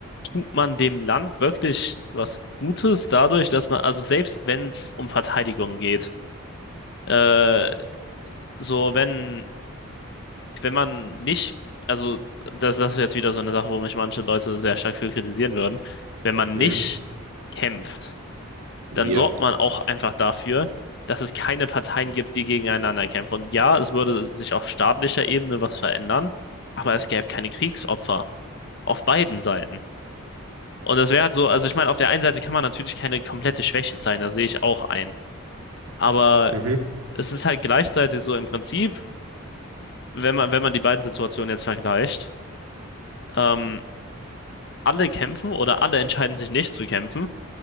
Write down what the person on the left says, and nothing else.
tut man dem Land wirklich was Gutes dadurch, dass man, also selbst wenn es um Verteidigung geht, äh, so wenn, wenn man nicht, also das, das ist jetzt wieder so eine Sache, wo mich manche Leute sehr stark für kritisieren würden, wenn man
nicht kämpft.
dann sorgt man auch einfach dafür, dass es keine Parteien gibt, die gegeneinander kämpfen. Und ja, es würde sich auf staatlicher Ebene was verändern, aber es gäbe keine Kriegsopfer auf beiden Seiten. Und das wäre halt so, also ich meine, auf der einen Seite kann man natürlich keine komplette Schwäche zeigen, da sehe ich auch ein. Aber
es ist halt gleichzeitig so im Prinzip, wenn man, wenn man die beiden Situationen jetzt vergleicht, ähm, alle kämpfen oder alle entscheiden sich nicht zu kämpfen.